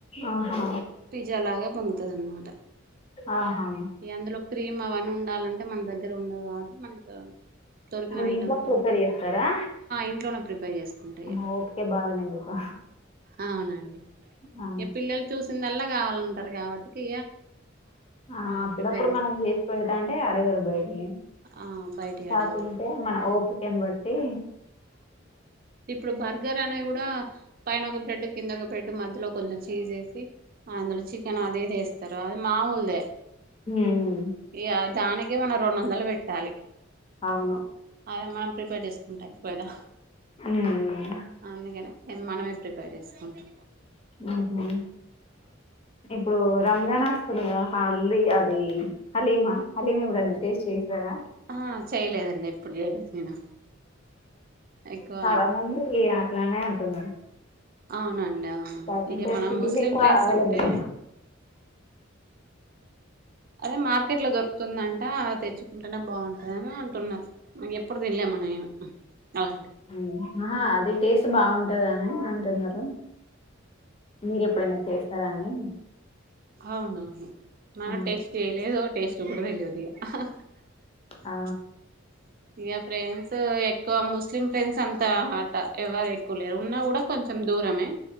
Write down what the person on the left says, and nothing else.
ఆహా
ఆహా
మీరు
ఇంట్లో
ప్రిపేర్ చేస్తారా
అమ్మ
ఓపికే బాగానే మీకు
ఆ
ఆ
అప్పుడప్పుడు
మనం చేసి పెడతాంటే అడగరు బయటికి
కాకుంటే
మన ఓపికని బట్టి
ఉమ్,
అవును
ఉమ్,
ఉహు. ఇప్పుడు రంజాన్ వస్తుందికదా హల్ అది హలీమా హలీమెప్పుడన్నా టేస్ట్ చేసారా
చాలా మంది ఇలానే అంటున్నారు
కాకుంటే
సిటీలో
ఎక్కువ
అవైలబుల్
మ్మ్ ఆహా అది టేస్ట్ బావుంటదని అంటున్నారు మీరు ఎప్పుడైనా చేస్తారా అని
ఆ
ఆ